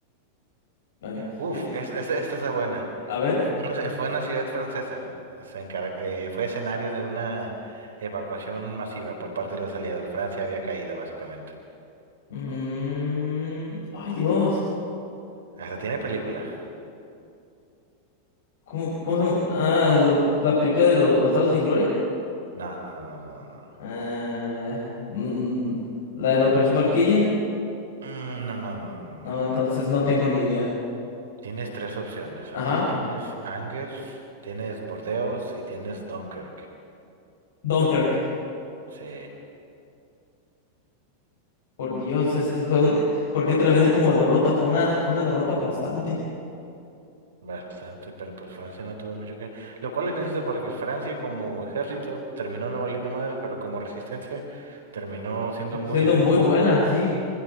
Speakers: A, on the left (about 60°); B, on the right (about 65°).
A: Bueno,
B: Uf,
A: ¿qué sigue?
B: es,
A: ¿Qué
B: es-
A: sigue?
B: esta es la buena.
A: A ver.
B: Fue una, fue una ciudad francesa. Se encar- eh, fue escenario de una evacuación masiva por parte de los aliados. Francia había caído, básicamente.
A: Mm, ay, Dios.
B: Hasta tiene película.
A: ¿Cómo, cómo se llama? Ah, la, la película de los Bastardos sin Gloria.
B: No, no, no, no, no. no.
A: Ah, mm, la de la Operación Valquiria.
B: Mm, No, no, no, no, no,
A: No, entonces
B: no.
A: no tengo ni idea.
B: Tienes tres opciones,
A: Ajá.
B: ¿ok? Tienes Angers, tienes Bordeaux y tienes Dunkirk.
A: Dunkirk,
B: Sí.
A: por Dios, eso fue un... eh, ¿Por qué te la venden como derrota? Fue una, fue una derrota aplastante,
B: Bastante, pero pues Francia no tuvo mucho que... Lo cual es gracioso porque Francia como ejército terminó no valiendo madres, pero como resistencia terminó siendo muy
A: siendo
B: efectiva.
A: muy buena, sí,